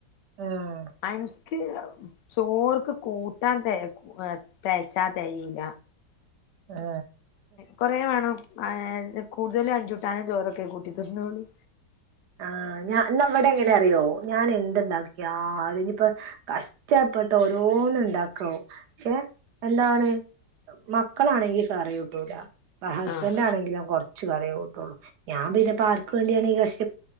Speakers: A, on the right; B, on the left.
A: ആഹ്
B: അൻ എക്ക് ചോർക്ക് കൂട്ടാൻ തെക തെയ്ച്ചാ തെകില.
A: ആ
B: കൊറേ വേണം അ കൂടുതലും അഞ്ചുട്ടാനും ചോറൊക്കെ കൂട്ടി തി ന്നുള്ളു.
A: ആ ഞ ന്ന വിടെ ങ്ങനെ അറിയോ ഞാൻ എന്തുണ്ടാക്കിയാലു ഇനിപ്പോ കഷ് ട്ടപ്പെട്ട് ഓരോന്ന് ഉണ്ടാക്കാവും ക്ഷെ എന്താണ് മക്കളാണെങ്കിൽ കറി കൂട്ടൂല ഹസ്ബൻറ്
B: ആഹ്
A: ആണെങ്കിലും കൊറച് ച്ചു കറിയേകൂട്ടുള്ളൂ ഞാൻ പിന്നെ പാർക്ക് വേണ്ടിയാണ് കഷ്